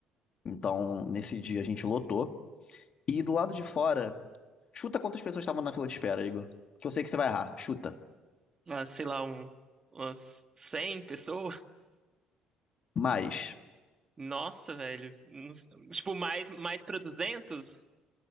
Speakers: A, on the left (about 50°); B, on the right (about 30°).
A: então nesse dia a gente lotou. E do lado de fora, chuta quantas pessoas estavam na fila de espera, Igor. Que eu sei que você vai errar, chuta.
B: Ah, sei lá, um, umas 100 pessoas.
A: Mais,
B: Nossa, velho. Não s- Tipo, mais, mais pra 200?